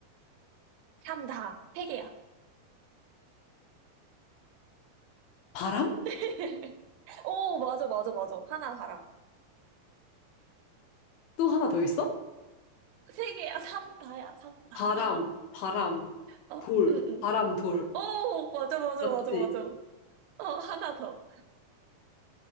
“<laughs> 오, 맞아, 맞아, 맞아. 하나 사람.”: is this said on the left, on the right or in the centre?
Right